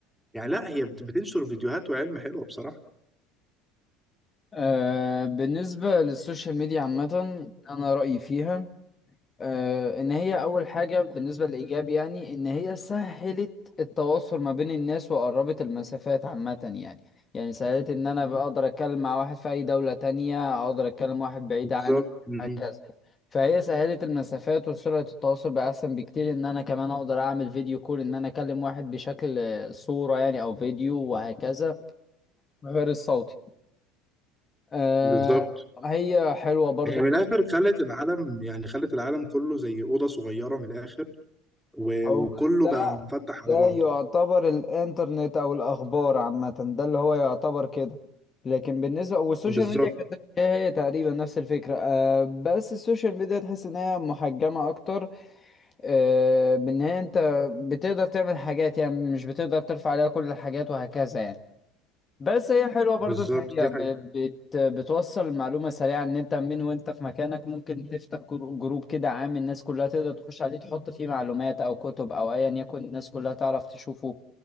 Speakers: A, in the centre; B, on the left (about 30°).
A: يعني لا هي بت- بتنشر فيديوهات وعلم حلوه بصراحه
B: آه بالنسبة للسوشيال ميديا عامة انا رأيي فيها آه، ان هي اول حاجة بالنسبة للايجاب يعني ان هي سهلت التواصل ما بين الناس وقربت المسافات عامة يعني يعني سهلت ان انا بقدر اتكلم مع واحد في اي دولة تانية اقدر اتكلم واحد بعيد
A: بالظبط
B: عني
A: مم.
B: هكذا فهي سهلت المسافات وسرعة التواصل بقى احسن بكتير ان انا كمان اقدر اعمل فيديو كول ان انا اكلم واحد بشكل آه، صورة يعني او فيديو وهكذا غير الصوتي آه،
A: بالظبط
B: هي حلوة برضو
A: هي من الاخر خلت العالم يعني خلت العالم كله زي اوضه صغيره من الاخر و-
B: هو
A: وكله
B: ده
A: بقى مفتح على
B: ده
A: بعضه
B: يعتبر الانترنت او الاخبار عامه ده اللي هو يعتبر كده لكن بالنسبه والسوشيال
A: بالظبط
B: ميديا كانت هي هي تقريبا نفس الفكره آه بس السوشيال ميديا تحس ان هي محجمه اكتر آه بان هي انت بتقدر تعمل حاجات يعني مش بتقدر ترفع عليها كل الحاجات وهكذا يعني بس هي حلوة برضو
A: بالظبط
B: ان هي
A: دي
B: ب-
A: حقيقة
B: بت بتوصل المعلومة سريعة ان انت من وانت في مكانك ممكن تفتح جرو- جروب كده عام الناس كلها تقدر تخش عليه تحط فيه معلومات او كتب او ايا يكن الناس كلها تعرف تشوفه